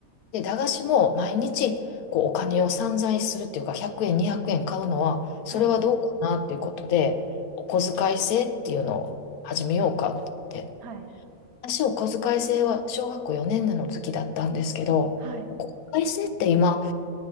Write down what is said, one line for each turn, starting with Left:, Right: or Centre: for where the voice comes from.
Left: で、駄菓子も毎日こうお金を散財するっていうか、100円、200円買うのは、それはどうかなっていうことで、
Right: はい。
Left: お小遣い制っていうのを始めようかって言って。
Right: はい。
Left: 私、お小遣い制は小学校4年の時だったんですけど、
Right: はい。
Left: お小遣い制って今、